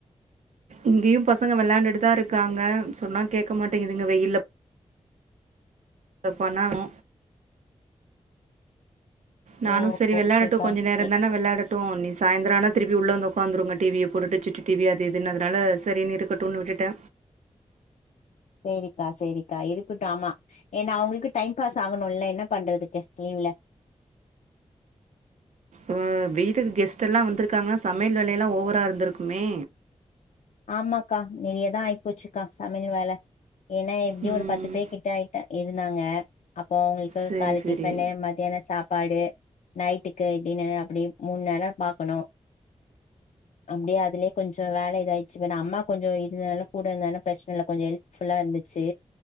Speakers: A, on the right (about 80°); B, on the left (about 80°).
A: இங்கேயு பசங்க விளாண்டுட்டுதா இருக்காங்க சொன்னா கேட்க மாட்டேங்குதுங்க வெயில அத பண்ணானு நானு
B: ஓ
A: சரி
B: ஓகேக்கா
A: விளாடட்டு கொஞ்ச நேரோதான
B: ஏ
A: விளாட ட்டு நீ சாயந்தர ஆனா திருப்பி உள்ள வந்து உடக்காந்துருங்க டிவிய போட்டுட்டு சுட்டு டிவி அது இதுன்னு அதனால சரின்னு இருக்கட்டுன்னு விட்டுட்டே
B: சேரிக்கா சேரிக்கா இருக்கட்டு ஆமா ஏன்னா அவுங்களுக்கு டைம் பாஸ் ஆகனுல்ல என்ன பண்றதுக்கு லீவ்ல
A: ம் வீட்டுக்கு கெஸ்ட் எல்லா வந்திருக்காங்கன்னா சமையல் வேலைய எல்லா ஓவரா இருந்திருக்குமே
B: ஆமாக்கா நிறைதா ஆயிப்போச்சிக்கா சமையல் வேல ஏன்னா எப்பிடி
A: ம்
B: ஒரு பத்து பேகிட்ட ஆயிட்ட இருந்தாங்க அப்போ அவங்களுக்கு
A: சேரி
B: கால்
A: சேரி
B: டிஃபனு மதியான சாப் பாடு நைட்டுக்கு டின்னர் அப்பிடி மூன் நேரம் பாக்கணு அப்பிடியே அதுலியே கொஞ்ச வேல இதாய் ச்சிப்பே அம்மா கொஞ்சோ இருந்தனால கூட இருந்தால பிரச்சன இல்ல கொஞ்ச ஹெல்ப்ஃபுல்லா இருந்துச்சி